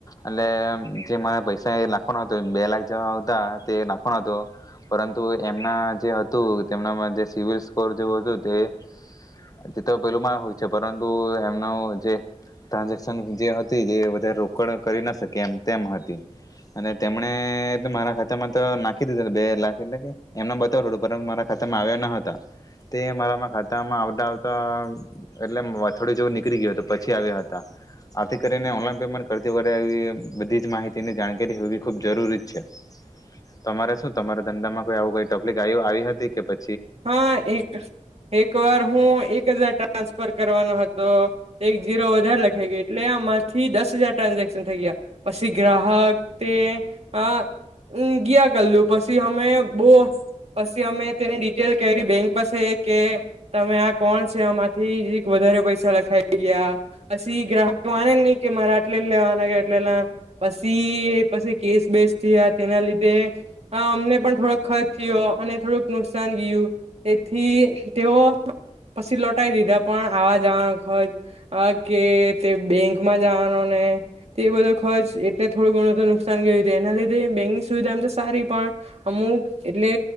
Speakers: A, on the left (about 30°); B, on the right (about 55°).
A: એટલે જે મારા પૈસા એ નાખવાનો હતો એક બે લાખ જેવા હતા તે નાખવાનો હતો પર તુ એમના જે હતું તેમનામાં જે સિબિલ સ્કોર જેવું હતું તે તે તો પેલું મા હોય છે પરંતુ એમનું જે ટ્રાન્ઝેક્શન જે હતી એ વધારે રોકડ કરી ના શકી એમ તેમ હતી. અને તેમણે એ તો મારા ખાતામાં તો નાખી દીધું બે લાખ એટલે કે એમને બતાડું પણ મારા ખાતામાં આવ્યા ન હતા. તે મારા ખાતામાં આવતા તા એટલે વ થોડી <unintelligible> નીકળી ગયું તું. પછી આવ્યા હતા. આથી કરીને ઓનલાઈન પેમેન્ટ કરતી વખતે આવી બધી જ માહિતીની જાણકારી હોવી ખૂબ જરૂરી જ છે. તમારે શું તમારે ધંધામાં કોઈ આવું કોઈ તકલીફ આવી આવી હતી કે પ
B: હા એક-એક વાર હું એક હજાર ટ્રાન્સ ફર કરવાનો હતો. એક ઝીરો વધારે લખાઈ ગયો એટલે આમાંથી દસ હજાર ટ્રાન્ઝેક્શન થઈ ગયા, પછી ગ્રાહક તે અહ ગયા કરલું પછી અમે બોવ પછી અમે તેને <unintelligible> બેંક પાસે કે તમે આ કોણ છે, આમાંથી <unintelligible> વધારે પૈસા લખાઈ ગયા, પછી ગ્રાહક માને નહી કે મારે આટલે લેવાના કે આટલે ના, પસી પછી કેસ બેસ થયા તેના લીધે અમને અહ પણ થોડોક ખર્ચ થયો અને થોડુંક નુકસ સાન ગયું. તેથી તેઓ પછી લોટાઈ દીધા, પણ આવા જવાનો ખર્ચ, અહ કે તે બેંકમાં જવાનો ને તે બધો ખર્ચ એટલે થોડું ઘણું તો નુકસાન ગયું તો એના લીધે બેંકની સુવિધા એમ તો સારી પણ અમુક એટલે